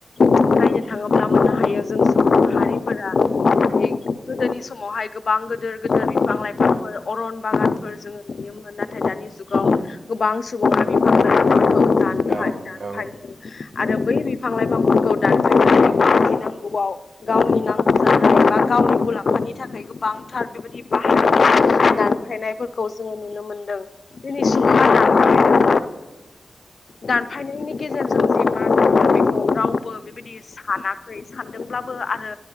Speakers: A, on the left; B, on the right.
A: नायनो थाङोब्ला मोननो हायो जों सुबुं माहारिफोरा गोदोनि समावहाय गोबां गोदोर गोदिर बिफां लाइफांफोर अरन बागानफोर जोङो नुनो मोनो। नाथाय दानि जुगाव गोबां सुबुङा बिफां दानफाय
B: औ
A: दानफायदों
B: औ।
A: आरो बै बिफां लाइफांफोरखौ दानफय गौवाव गावनि नांगौ जानाय बा गावनि मुलाम्फानि थाखाय गोबांथार बेबायदि दानफायनायफोरखौ जोङो नुनो मोनो। दिनै सुबुंमाहा
B: <inaudible>
A: दानफायनायनि गेजेरजों जेब्ला बेखौ रावबो बेबायदि सानाखै सानदोंब्लाबो आरो